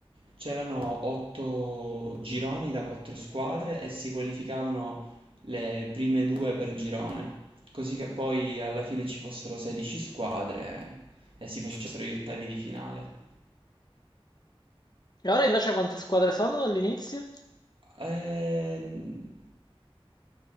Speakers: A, on the right (about 60°); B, on the left (about 40°).
A: c'erano otto gironi da quattro squadre e si qualificavano le prime due per girone, così che poi alla fine ci fossero 16 squadre e si facessero gli ottavi di finale.
B: E ora invece quante squadre sono all'inizio?
A: Ehm,